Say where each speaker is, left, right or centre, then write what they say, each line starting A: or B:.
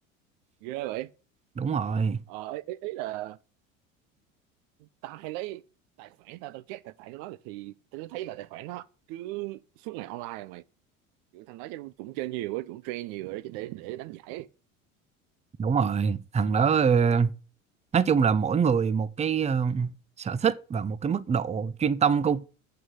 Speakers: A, on the right (about 55°); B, on the right (about 15°).
A: ghê vậy
B: đúng rồi
A: ờ, ý, ý, ý là tao hay lấy tài khoản tao tao check tài khoản của nó thì tao thấy là tài khoản nó cứ suốt ngày online mà kiểu thằng đó chắc cũng chơi nhiều á cũng train nhiều rồi đó, để để đánh giải ấy.
B: đúng rồi thằng đó ờ, nói chung là mỗi người một cái ờ, sở thích và một cái mức độ chuyên tâm cô